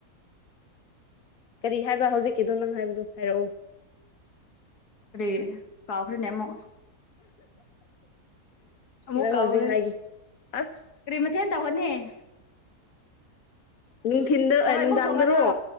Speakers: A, on the left; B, on the left.
A: ꯀꯔꯤ ꯍꯥꯏꯕ ꯍꯧꯖꯤꯛꯀꯤꯗꯣ ꯅꯪ ꯍꯥꯏꯕꯗꯨ ꯍꯥꯏꯔꯛꯑꯣ
B: ꯀꯔꯤ ꯀꯥꯎꯈ꯭ꯔꯦꯅꯦ ꯑꯃꯨꯛ ꯑꯃꯨꯛ
A: ꯅꯪ
B: ꯀꯥꯎꯈ꯭ꯔꯦ
A: ꯍꯧꯖꯤꯛ ꯍꯥꯏꯒꯦ ꯑꯁ
B: ꯀꯔꯤ ꯃꯊꯦꯜ ꯇꯧꯒꯅꯤ <inaudible>
A: ꯅꯨꯡꯊꯤꯟꯗ
B: ꯊꯔꯣꯏ
A: ꯅꯨꯡꯗꯥꯡꯗꯔꯣ
B: ꯑꯃꯨꯛ ꯊꯣꯡꯒꯗ꯭ꯔꯣ